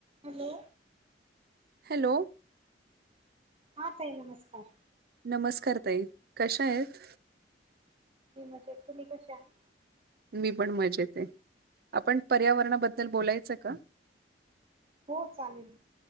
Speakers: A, on the right (about 30°); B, on the right (about 55°).
A: हॅलो
B: हॅलो
A: हा ताई नमस्कार
B: नमस्कार ताई कशा आहेत?
A: मी मजेत तुम्ही कशा आहे?
B: मी पण मजेत आहे आपण पर्यावरणाबद्दल बोलायचं का? <inaudible>
A: हो चालेल